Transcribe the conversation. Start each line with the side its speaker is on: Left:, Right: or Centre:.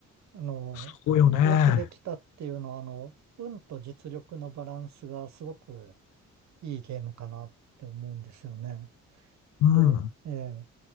Right: あのーよくできたっていうのは、
Left: そうよね。
Right: あの、運と実力のバランスがすごくいいゲームかなって思うんですよね。
Left: うん。
Right: で、ええ、